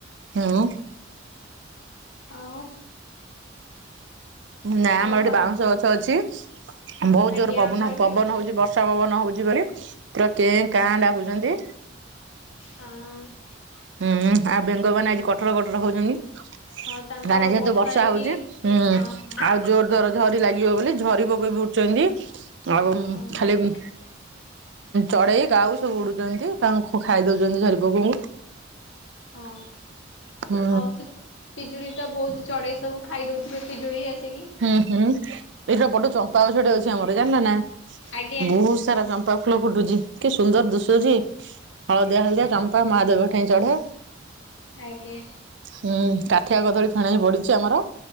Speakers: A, on the right; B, on the left.
A: ହୁଁ।
B: ଆଉ
A: ନାଁ
B: ଆଉ
A: ଆମର
B: ଘରେ
A: ଏଠି ବାଉଁଶଗଛ ଅଛି ବହୁତ
B: ଆଜ୍ଞା
A: ଜୋର ପବନ
B: ଆମର
A: ପବନ
B: ବି ଅଛି
A: ହଉଛି ବ ର୍ଷା ପବନ ହଉଛି ବୋଲି ପୁରା କେଁ କାଁ ଡାକୁୁଛନ୍ତି।
B: ହଁ।
A: ହୁଁ ଆଉ ବେଙ୍ଗମାନେ ଆଜି କଟର କଟର ହଉଛନ୍ତି।
B: ହଁ ତାଙ୍କ
A: ମାନେ ଯେହେତୁ ବର୍ଷା
B: ହେଇକି
A: ହଉଛି ହୁଁ
B: ହଁ ହଁ
A: ଆଉ ଜୋରଜୋର ଝରି ଲାଗିବ ବୋଲି ଝରି ପୋକ ବି ଉଡୁଛନ୍ତି ଆଉ
B: ହଁ
A: ଖାଲି ହୁଁ, ଚଢେଇ, କାଉ ସବୁ ଉଡୁଛନ୍ତି ତାଙ୍କୁ ଖାଇ ଦଉଛନ୍ତି ଝରିପୋକଙ୍କୁ।
B: ହଁ
A: ହୁଁ
B: ଆଉ ସେ ପିଜୁଳି ତ ବହୁତ ଚଢେଇ ସବୁ ଖାଇଦଉଥିବେ ପିଜୁଳି ଆସିକି।
A: ହୁଁ ହୁଁ ଏଇଟା ବଡ ଚମ୍ପାଗଛଟେ ଅଛି ଆମର ଜାଣିଲ ନା
B: ଆଜ୍ଞା
A: ବହୁତ ସାରା ଚମ୍ପା ଫୁଲ ଫୁଟୁଛି। କି ସୁନ୍ଦର ଦୁଶୁଛି! ହଳଦିଆ ହଳଦିଆ ଚମ୍ପା
B: ଆଜ୍ଞା
A: ମହାଦେବ ଠାଇଁ ଚଢେ।
B: ଆଜ୍ଞା
A: ହୁଁ, କାଠିଆ କଦଳୀ ଫେଣେ ପଡିଛି ଆମର।